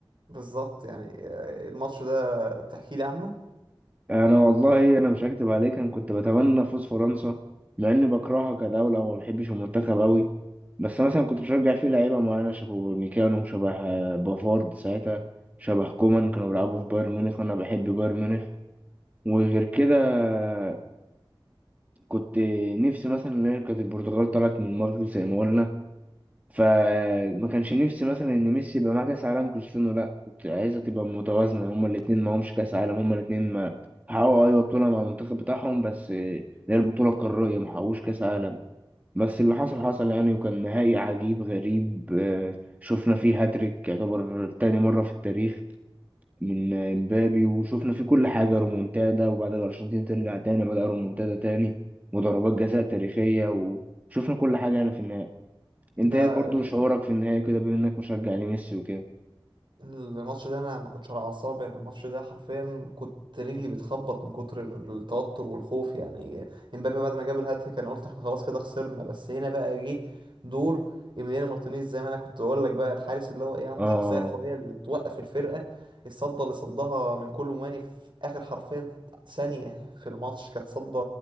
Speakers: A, on the right; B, on the right.
A: بالظبط يعني آه، الماتش ده تحكي لي عنه؟
B: انا والله انا مش هكدب عليك انا كنت بتمنى فوز فرنسا مع اني بكرهها كدوله وما بحبش المنتخب قوي بس مثلا كنت بشجع فيه لعيبه معينه شبه ميكانو شبه آه، بافارد ساعتها شبه كومان كانوا بيلعبوا في بايرن ميونخ وانا بحب بايرن ميونخ وغير
A: مم.
B: كده آه، كنت نفسي مثلا ان هي كانت البرتغال طلعت من المغرب زي ما قلنا فما كانش نفسي مثلا ان ميسي يبقى معاه كاس عالم كريستيانو لا كنت عايزها تبقى متوازنه هما الاثنين معهمش كاس عالم هما الاثنين ما حققوا ايوه بطوله مع المنتخب بتاعهم بس اللي هي البطوله القاريه ما حققوش كاس عالم بس اللي حصل
A: مم.
B: حصل يعني وكان نهائي عجيب غريب آه، شفنا فيه هاتريك يعتبر تاني مره في التاريخ من آه، مبابي وشفنا فيه كل حاجه رومونتادا وبعد الارجنتين ترجع تاني بدأ رومونتادا تاني وضربات جزاء تاريخيه وشفنا كل حاجه يعني في النهائي انت
A: لا
B: ايه برضو شعورك في النهاية كده بما انك مشجع لميسي وكده
A: الماتش ده انا ما كنتش على اعصابي انا الماتش ده حرفيا كنت رجلي بتخبط من كتر التوتر والخوف يعني امبابي بعد ما جاب الهاتريك انا قلت احنا خلاص كده خسرنا بس هنا بقى جه دور ايميليانو مارتينيز زي ما انا كنت بقول لك بقى الحارس اللي هو ايه عنده
B: اه
A: شخصيه قويه اللي توقف الفرقه الصده اللي صدها من كولو مواني في اخر حرفيا ثانيه في الماتش كانت صده